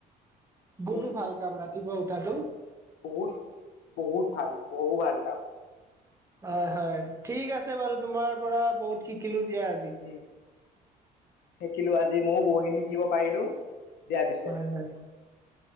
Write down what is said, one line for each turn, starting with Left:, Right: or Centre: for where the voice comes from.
Right: বহুতো
Left: উম,
Right: ভাল কাম ৰাতিপুৱা উঠাটো
Left: উ বহুত-বহুত ভাল। বহু ভাল কাম।
Right: হয়, হয় ঠিক আছে। বাৰু তোমাৰ পৰা বহুত শিকিলো
Left: উম
Right: দিয়া আজি।
Left: উম শিকিলো আজি মইয়ো বহুখিনি শিকিব পাৰিলো। দিয়া পিছে
Right: হয়, হয়।